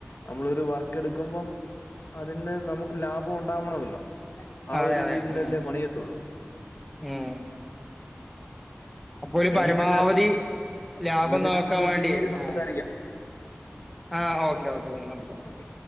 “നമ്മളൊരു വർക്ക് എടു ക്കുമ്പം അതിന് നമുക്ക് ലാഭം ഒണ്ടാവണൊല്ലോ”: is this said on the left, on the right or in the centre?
Left